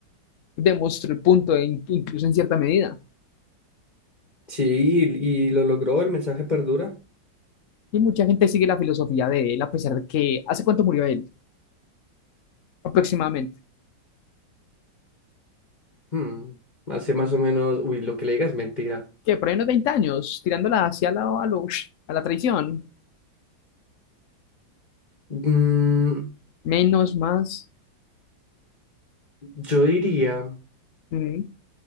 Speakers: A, on the left (about 65°); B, on the left (about 30°).
A: Demostró el punto, de in- incluso en cierta medida.
B: Sí, y, y lo logró, el mensaje perdura.
A: Y mucha gente sigue la filosofía de él, a pesar de que, ¿hace cuánto murió él? Aproximadamente.
B: Hmm, hace más o menos, uy, lo que le digas es mentira.
A: Que por ahí unos 20 años, tirándola hacia la, a lo- a la traición.
B: Mm,
A: Menos, más.
B: yo diría...
A: Mm,